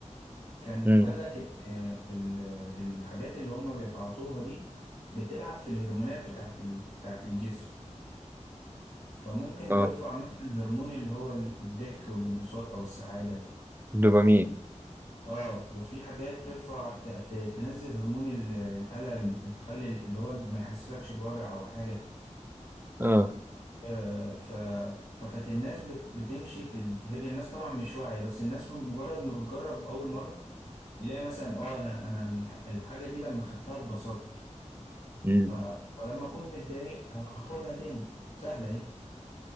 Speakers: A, on the left; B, on the right.
A: كان
B: امم
A: قال لك ان ال- الحاجات اللي هم بيتعاطوها دي بتلعب في الهرمونات بتاعت ال- بتاعت الجسم فممكن
B: اه
A: ترفع مثلا هرمون اللي هو ال- الضحك والانبساط او السعادة
B: دوبامين
A: اه وفي حاجات ترفع ت- ت- تنزل هرمون ال- الألم تخلي ال- اللي هو ما يحسسكش بوجع او حاجة
B: اه
A: آه ف فكانت الناس بت- بتمشي في ال... هي الناس طبعا مش واعية بس الناس من مجرد ما بتجرب اول مرة يلاقي مثلا اه انا انا الح- الحاجة دي لما خدتها اتبسطت
B: امم
A: ف... فلما اكون متضايق هاخ- هاخدها تاني سهله اهي